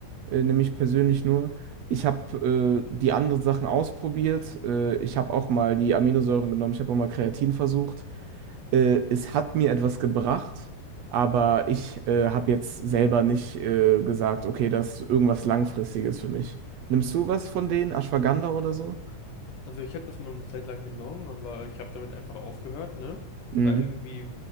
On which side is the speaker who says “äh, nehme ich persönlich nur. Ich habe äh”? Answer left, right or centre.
Right